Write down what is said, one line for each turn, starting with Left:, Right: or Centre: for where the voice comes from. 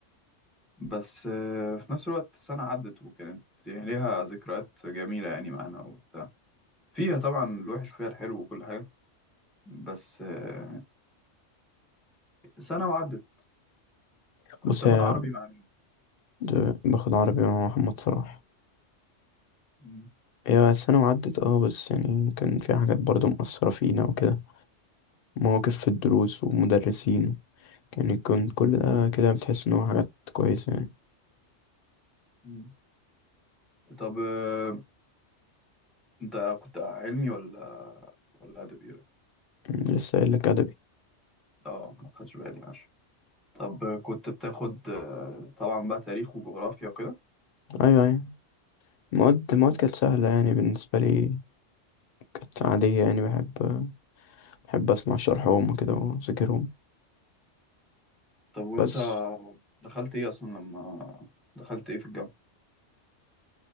Centre: بس آه، في نفس الوقت سنة عدت وكانت يعني ليها ذكريات جميلة يعني معانا وبتاع فيها طبعا الوحش وفيها الحلو وكل حاجة بس آه، سنة وعدت كنت
Left: بص
Centre: بتاخد
Left: يا
Centre: عربي مع مين
Left: د- باخد عربي مع محمد صلاح
Centre: مم.
Left: هي سنة وعدت اه بس يعني كان في حاجات برضو مؤثرة فينا وكده مواقف في الدروس ومدرسين يعني يكون كل ده كده بتحس إن هو حاجات كويسة يعني
Centre: مم. طب آه، انت كنت علمي ولا ولا ادبي
Left: م، لسه قايل لك أدبي
Centre: اه ما خدش بالي ماشي طب آه، كنت بتاخد آه، طبعا بقى تاريخ وجغرافيا وكده
Left: أيوة أيوة المواد المواد كانت سهلة يعني بالنسبة لي كانت عادية يعني بحب بحب أسمع شرحهم كده وأذاكرهم
Centre: طب وانت
Left: بس
Centre: دخلت ايه اصلا لما دخلت ايه في الجامعه